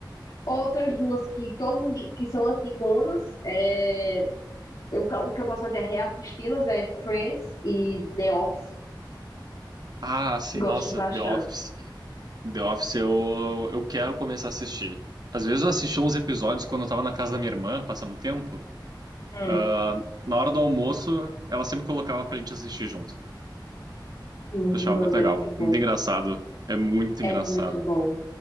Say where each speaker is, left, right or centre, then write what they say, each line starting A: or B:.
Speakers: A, on the left; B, on the right.
A: outras duas que todo mundo, que são antigonas, é, eu, o que eu posso fazer é reassisti-las, é Friends e The Office.
B: Ah, sim,
A: Gosto
B: nossa,
A: bastante.
B: The Office. The Office eu, eu quero começar a assistir. Às vezes eu assisti uns episódios quando eu tava na casa da minha irmã, passando o tempo.
A: Hum.
B: Ah, na hora do almoço, ela sempre colocava pra gente assistir junto.
A: Hum,
B: Eu achava
A: Mano,
B: muito legal.
A: é muito bom.
B: Muito engraçado. É muito
A: É
B: engraçado.
A: muito bom.